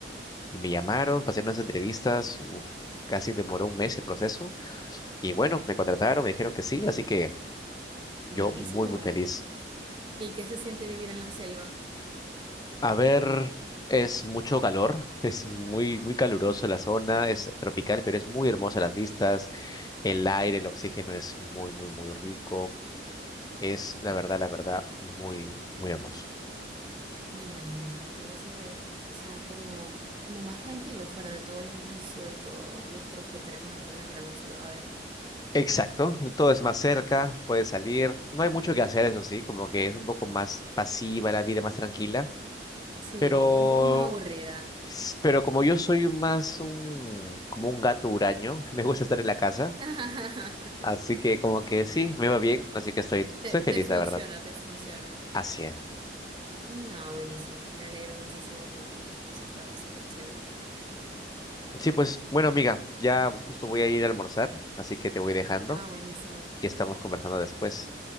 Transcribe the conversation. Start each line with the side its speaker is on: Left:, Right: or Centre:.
Left: y me llamaron, pasé unas entrevistas, uf, casi demoró un mes el proceso y bueno, me contrataron, me dijeron que sí, así que
Right: Buenísimo.
Left: yo muy, muy feliz.
Right: ¿Y qué se siente vivir en la selva?
Left: A ver, es mucho calor, <laughs> es muy, muy caluroso la zona, es tropical, pero es muy hermosa las vistas, el aire, el oxígeno es muy, muy, muy rico, es la verdad, la verdad, muy, muy hermoso.
Right: Me imagino. Debe ser, eh, o sea, como, como más tranquilo, fuera de todo el bullicio y todo el estrés que tenemos aquí en las grandes ciudades.
Left: Exacto, todo es más cerca, puedes salir, no hay mucho que hacer, eso sí, como que es un poco más pasiva la vida, más tranquila,
Right: Sí,
Left: pero,
Right: como un poco más aburrida.
Left: pero como yo soy más un, como un gato huraño, <laughs> me gusta estar en la casa.
Right: <laughs>
Left: Así que como que sí, me va bien, así que estoy,
Right: Te,
Left: estoy feliz,
Right: te funciona,
Left: la verdad.
Right: te funciona.
Left: Así es.
Right: No, buenísimo. Me alegro muchísimo por ti. Eso está súper chévere.
Left: Sí, pues bueno, amiga, ya justo voy a ir a almorzar, así que te voy dejando
Right: Ah, buenísimo.
Left: y estamos conversando después.